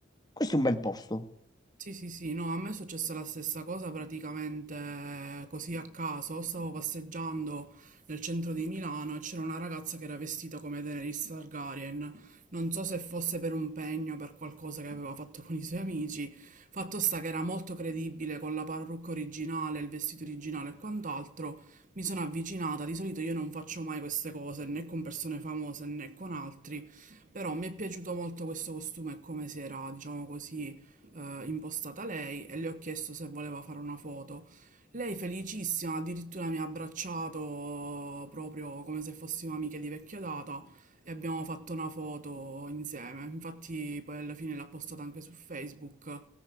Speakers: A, on the left; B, on the right.
A: Questo è un bel posto.
B: Sì, sì, sì, no, a me è successa la stessa cosa praticamente eh, così a caso. Stavo passeggiando nel centro di Milano e c'era una ragazza che era vestita come Daenerys Targaryen. Non so se fosse per un pegno, per qualcosa che aveva fatto con i suoi amici. Fatto sta che era molto credibile con la parrucca originale, il vestito originale e quant'altro. Mi sono avvicinata, di solito io non faccio mai queste cose né con persone famose né con altri, però mi è piaciuto molto questo costume e come si era, diciamo così eh, impostata lei e le ho chiesto se voleva fare una foto. Lei felicissima, addirittura mi ha abbracciato proprio come se fossimo amiche di vecchia data e abbiamo fatto una foto insieme. Infatti poi alla fine l'ha postata anche su Facebook